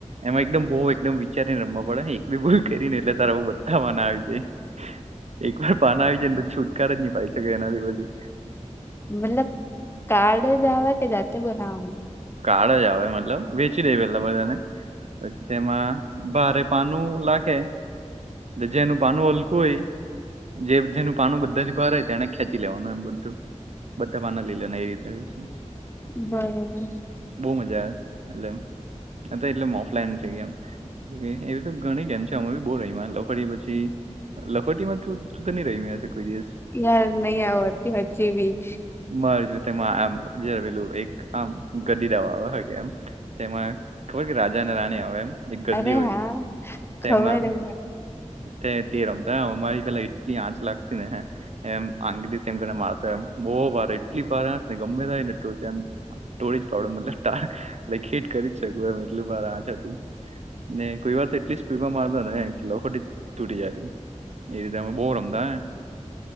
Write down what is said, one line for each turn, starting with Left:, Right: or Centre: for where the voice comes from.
Right: એમાં એકદમ બહું એકદમ વિચારીને રમવા પડે એક બી કરીને એટલે તારા બધા મા હા જે.
Left: <inaudible>
Right: એક વાર પાના આવી જાય ને તો છુટકાર જ નહી પાાય શકે એનાથી બધી
Left: મતલબ કાર્ડ જવા કે જાતે બનાવાનું.
Right: કાળ જ આવે મતલબ વેચી દે પેલા બધાને પછી તેમાં ભારે પાનું લાગે. છે જેનું પાનું હલકું હોય જે જેનું પાનુ બધા થી ભારે તેને ખેંચી લેવાનું એમ બધું બધા પાના લીલાના એ રીતે છે.
Left: બરોબર.
Right: બહુ મજા આવે એટલે તો એટલે ઓફલાઈન છે કે એમ. એ તો ગણી કે એમ છે અમે બી બહુ રહીમાં લોખડી પછી લખોટી માં તું તો નહી રહી મેશે કોઈ દિવસ.
Left: યાર નહી આવ હજી ભી.
Right: મજ તેમાં આમ જે પેલું એક આમ ગદી દવા આવે કે એમ તેમાં રાજાને રાણી આવે એમ એક ગદી
Left: અરે
Right: હોય
Left: હા
Right: છે તેમાં
Left: ખબર હે
Right: તે તી રમતા અમારીલા ટલી આંચ લાગતીને એ આંગી મારતો એમ બહુ ભારી એટલી ભારે ને ગમે તને ટોળી એમ ટોળી. <unintelligible> હિટ કરી જ શકું એ એટલ બધું આ ને કોઈ વાર તો એટલી જ સ્પીડમાં મારતો ને કે લખોટી તૂટી જાતી. એવી રીતે અમે બહુ રમતા.